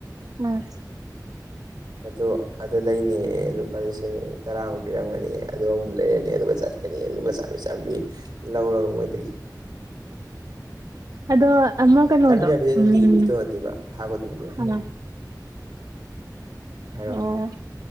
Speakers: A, on the right (about 55°); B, on the right (about 80°).
A: ꯎꯝ
B: ꯑꯗꯨ ꯑꯗꯨ ꯂꯩꯅꯦ ꯂꯨꯄꯥ ꯂꯤꯁꯤꯡ ꯇꯔꯥꯃꯨꯛ ꯄꯤꯔꯝꯒꯅꯤ ꯑꯝ ꯂꯩꯔꯅꯤ ꯑꯗꯨꯒ ꯆꯠꯀꯅꯤ ꯑꯗꯨꯒ ꯆꯥꯕꯤ ꯆꯥꯝꯕꯤ ꯂꯧꯔꯒ ꯃꯣꯏꯗꯒꯤ꯫
A: ꯑꯗꯣ ꯑꯃꯒꯅꯣꯗꯣ
B: ꯆꯥꯝꯃꯔꯤ ꯆꯥꯝꯃꯔꯤꯁꯦ ꯅꯨꯡꯇꯤꯒꯤ
A: ꯎꯝ
B: ꯄꯤꯗꯧ ꯅꯠꯇꯦꯕ ꯊꯥ ꯈꯨꯗꯤꯡꯒꯤ ꯎꯝ
A: ꯑ
B: ꯍꯥꯏꯔꯣ
A: ꯑꯣ